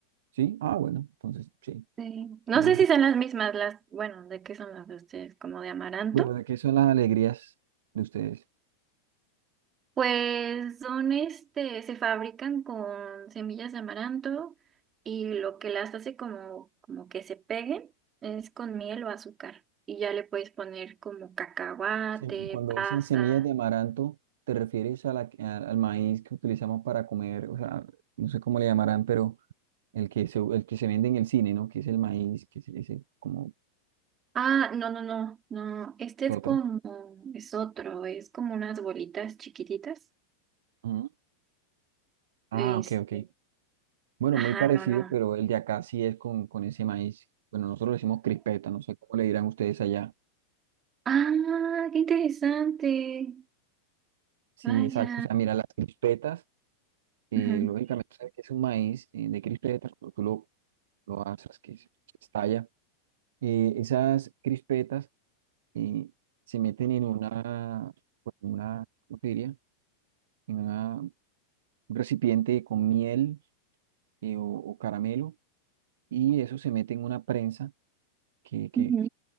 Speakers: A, on the right; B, on the right.
A: ¿Sí? Ah, bueno, entonces sí.
B: Sí. No
A: Eh,
B: sé si son las mismas, las, bueno, ¿de qué son las de ustedes? ¿Como de amaranto?
A: bueno, ¿de qué son las alegrías de ustedes?
B: Pues son este, se fabrican con semillas de amaranto y lo que las hace como, como que se peguen es con miel o azúcar. Y ya le puedes poner como cacahuate,
A: Se- cuando
B: pasa.
A: dicen semillas de amaranto, ¿te refieres a la, que- a- al maíz que utilizamos para comer? O sea, no sé cómo le llamarán, pero el que se, el que se vende en el cine, ¿no? Que es el maíz, que es ese, como
B: Ah, no, no, no, no. Este
A: es
B: es
A: otro.
B: como, es otro, es como unas bolitas chiquititas.
A: Ujú. Ah,
B: Este,
A: ok, ok. Bueno,
B: ajá,
A: muy parecido,
B: no, no.
A: pero el de acá sí es con, con ese maíz. Bueno, nosotros le decimos crispeta, no sé cómo le dirán ustedes allá.
B: Ah, qué interesante.
A: Sí,
B: Vaya.
A: exacto. O sea, mira, las crispetas, eh,
B: Ujú,
A: lógicamente, sabes que es un maíz eh, de crispetas, cuando tú lo, lo asas, que se, se estalla. eh, esas crispetas eh, se meten en una, pues, en una, ¿cómo te diría? En una- un recipiente con miel eh, o, o caramelo, y eso se mete en una prensa que, que
B: ujú,